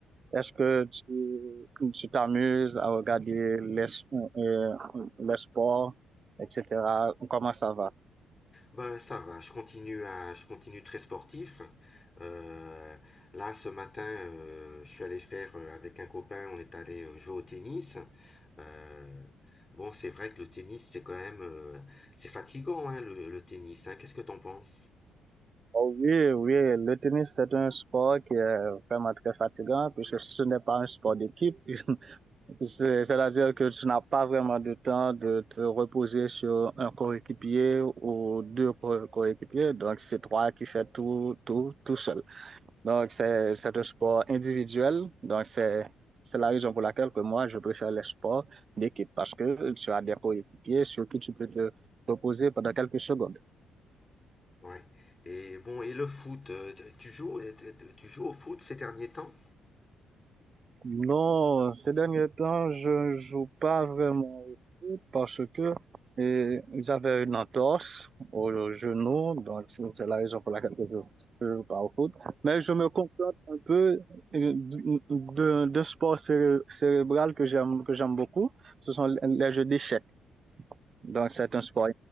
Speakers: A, on the right; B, on the left.
A: Est-ce que tu tu t'amuses à regarder les, euh, euh, les sports, etc.? Comment ça va?
B: Ben, ça va, je continue à, je continue très sportif. Euh, là, ce matin, euh, je suis allé faire euh, avec un copain, on est allé euh, jouer au tennis. Euh, bon, c'est vrai que le tennis, c'est quand même, euh, c'est fatigant, hein, le, le tennis, hein. Qu'est-ce que t'en penses?
A: Oh oui, oui, le tennis, c'est un sport qui est vraiment très fatigant puisque ce n'est pas un sport d'équipe. <laughs> C'est- C'est-à-dire que tu n'as pas vraiment de temps de te reposer sur un coéquipier ou deux co- coéquipiers. Donc, c'est toi qui fais tout, tout, tout seul. Donc, c'est, c'est un sport individuel. Donc, c'est, c'est la raison pour laquelle que moi, je préfère les sports d'équipe parce que tu as des coéquipiers sur qui tu peux te reposer pendant quelques secondes.
B: Ouais. Et bon, et le foot, euh, tu joues, euh, tu joues au foot ces derniers temps?
A: Non, ces derniers temps, je joue pas vraiment au foot parce que euh, j'avais une entorse au genou, donc c'est c'est la raison pour laquelle je ne joue pas au foot. Mais je me contente un peu euh, d'un d'un sport céré- cérébral que j'aime que j'aime beaucoup. Ce sont les les jeux d'échecs. Donc c'est un sport